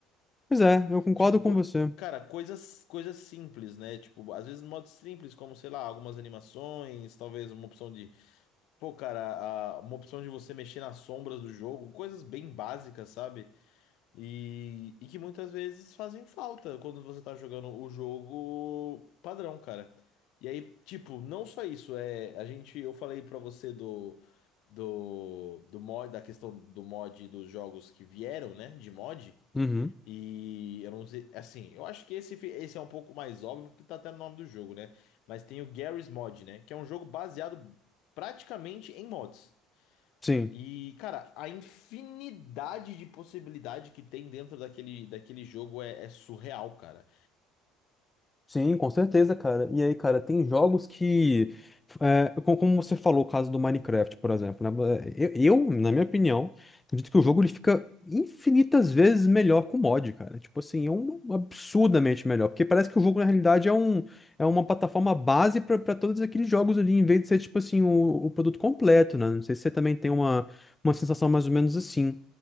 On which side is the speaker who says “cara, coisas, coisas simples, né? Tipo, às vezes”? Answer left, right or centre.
Left